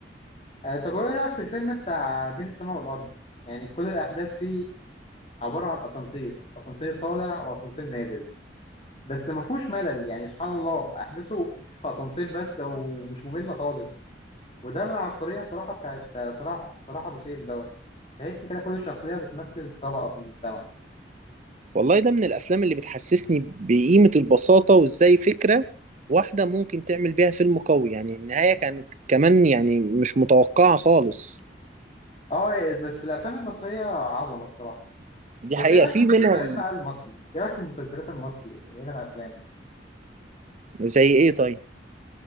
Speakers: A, on the left; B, on the right.
A: آه، طب ايه رأيك في الفيلم بتاع بين السماء والأرض؟ يعني كل الأحداث فيه عبارة عن أسانسير، أسانسير طالع وأسانسير نازل، بس ما فيهوش ملل يعني سبحان الله أحداثه في أسانسير بس ومش مملة خالص، وده العبقرية صراحة بتاعت آه، صلاح صلاح أبو سيف دوت، تحس كده كل الشخصية بتمثل طبقة في المجتمع.
B: والله ده من الافلام اللي بتحسسني بقيمة البساطة وازاي فكرة واحدة ممكن تعمل بيها فيلم قوي يعني النهاية كانت كمان يعني مش متوقعة خالص
A: أه يعني بس الأفلام المصرية عظمة الصراحة،
B: دي
A: بس
B: حقيقة
A: إيه رأيك
B: في
A: في المسلسلات
B: منها
A: بقى المصري؟ إيه رأيك في المسلسلات المصري غير الأفلام؟
B: زي ايه طيب